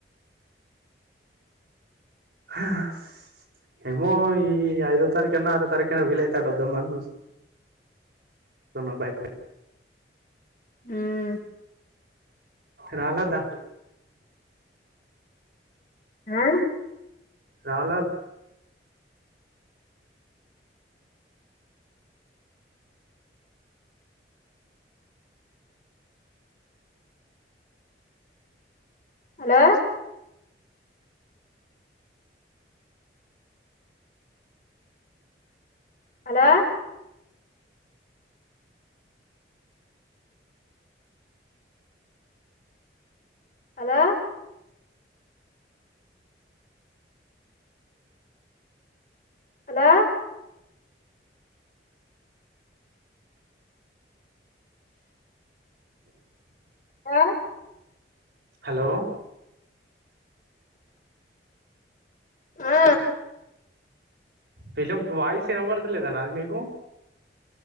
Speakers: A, on the right; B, on the left.
A: హా హ్ ఏమో ఈ ఐదో తారీఖన్న ఆరో తారీఖనాట్ వీలైతే అటు అద్దామని చూస్తున్న కొన్న బైక్ లే
B: హుమ్మ్
A: రాలేదా
B: ఆ
A: రాలేద్
B: హలో హలో హలో హలో ఎవరు?
A: హలో
B: ఆ
A: పిలంప్ వాయిస్ వినబడతలేద నాది మీకు